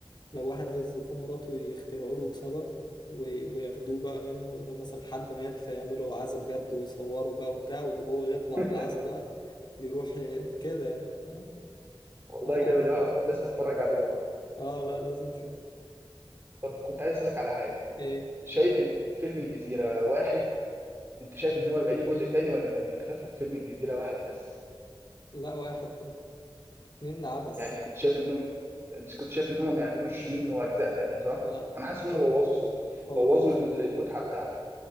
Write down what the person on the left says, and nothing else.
لو واحد عايز يخون مراته يخترعوا له سبب و- وياخدوه
بقى منه يعني مثلا حد مات فيعملوا عزا بجد ويصوروا بقى وبتاع وهو يطلع
من العزا بقى يروح ي- كده يعني فاهم؟
حوارات
يعني.
اه لا لازم تشوف
ايه
لا واحد طب اتنين عبس
لا
خالص
هو
بوظوه